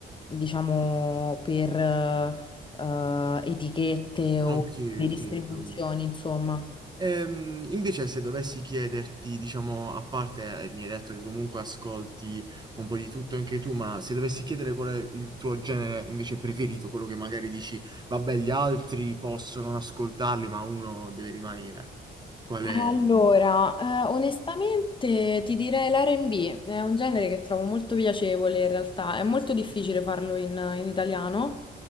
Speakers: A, on the left; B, on the right.
A: diciamo per eh, eh, etichette o
B: Ok,
A: di
B: ok,
A: distribuzioni,
B: ho capito.
A: insomma.
B: Ehm, invece, se dovessi chiederti, diciamo, a parte, eh, mi hai detto che comunque ascolti un po' di tutto anche tu, ma se dovessi chiedere qual è il tuo genere invece preferito, quello che magari dici, vabbè, gli altri possono non ascoltarli, ma uno deve rimanere. Qual
A: Allora,
B: è?
A: eh, onestamente ti direi l'R&B, è un genere che trovo molto piacevole in realtà, è molto difficile farlo in, in italiano.